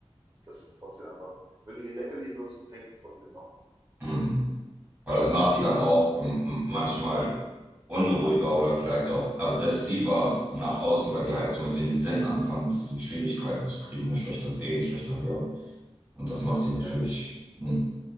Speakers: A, on the right; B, on the right.
A: dass sie trotzdem einfach, wenn du ihr ein Leckerli wirst, fängt sie trotzdem noch.
B: Mhm. Weil das macht
A: Aber
B: die dann auch ähm, m- manchmal unruhiger oder vielleicht auch aggressiver nach außen, weil die halt so mit den Sinnen anfangen, ein bisschen Schwierigkeiten zu kriegen, ne? Schlechter sehen, schlechter hören. Und das macht die natürlich.
A: ja, ja,
B: hm.